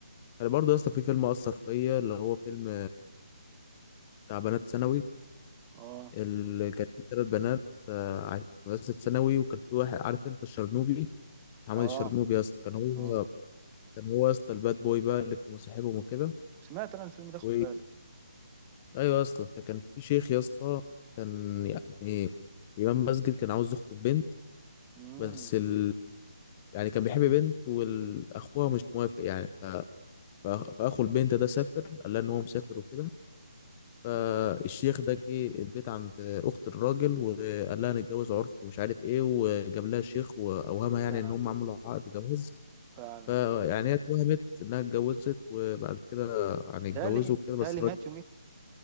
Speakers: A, on the left (about 25°); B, on the right (about 20°).
A: أنا برضه يا اسطى في فيلم أثر فيا اللي هو فيلم بتاع بنات ثانوي
B: اه
A: اللي كان في ثلاث بنات آه، عايشين في مدرسة ثانوي وكان في واحد عارف انت الشرنوبي محمد
B: اه
A: الشرنوبي يا اسطى كان هو
B: اه
A: كان هو يا اسطى الباد بوي بقى اللي كان مصاحبهم وكده
B: سمعت انا الفيلم ده خد
A: و...
B: بالك
A: ايوه يا اسطى فكان في شيخ يا اسطى كان يعني إمام مسجد كان عاوز يخطب بنت
B: امم
A: بس ال... يعني كان بيحب بنت واخوها مش موافق يعني ف... فأخ- فأخو البنت ده سافر قال لها إن هو مسافر وكده فالشيخ
B: أمم.
A: ده جه البيت عند اخت الراجل وقال لها نتجوز عرف ومش عارف ايه وجاب لها شيخ واوهمها يعني
B: فعلا
A: ان هم عملوا عقد جواز
B: فعلا
A: فيعني هي اتوهمت انها اتجوزت وبعد كده يعني
B: تالي
A: اتجوزوا وكده
B: تالي
A: بس الراجل
B: مات